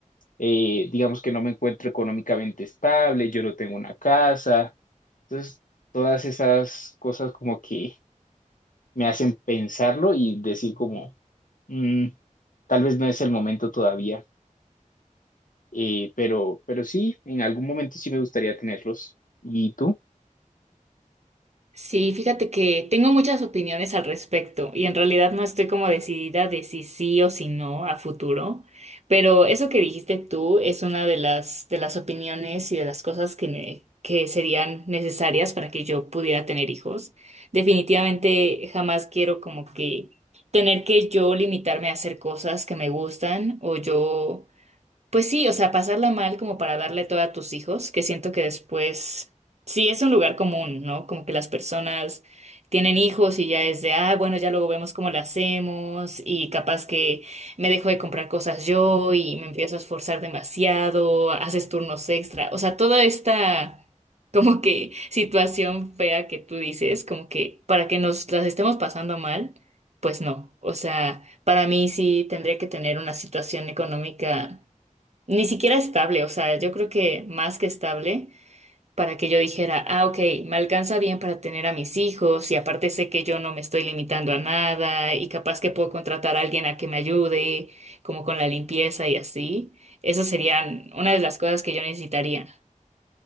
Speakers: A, on the left; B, on the right.
A: eh, digamos que no me encuentro económicamente estable, yo no tengo una casa. Entonces todas esas cosas como que me hacen pensarlo y decir como, "Mm, tal vez no es el momento todavía. Eh, pero, pero sí, en algún momento sí me gustaría tenerlos. ¿Y tú?
B: Sí, fíjate que tengo muchas opiniones al respecto y en realidad no estoy como decidida de si sí o si no a futuro, pero eso que dijiste tú es una de las de las opiniones y de las cosas que ne- que serían necesarias para que yo pudiera tener hijos. Definitivamente jamás quiero como que tener que yo limitarme a hacer cosas que me gustan o yo pues sí, o sea, pasarla mal como para darle todo a tus hijos, que siento que después, sí, es un lugar común, ¿no? Como que las personas tienen hijos y ya es de, ah, bueno, ya luego vemos cómo lo hacemos y capaz que me dejo de comprar cosas yo y me empiezo a esforzar demasiado, haces turnos extra, o sea, toda esta como que <laughs> situación fea que tú dices, como que para que nos las estemos pasando mal, pues no, o sea, para mí sí tendría que tener una situación económica. Ni siquiera estable, o sea, yo creo que más que estable para que yo dijera, ah, ok, me alcanza bien para tener a mis hijos y aparte sé que yo no me estoy limitando a nada y capaz que puedo contratar a alguien a que me ayude, como con la limpieza y así. Esas serían una de las cosas que yo necesitaría.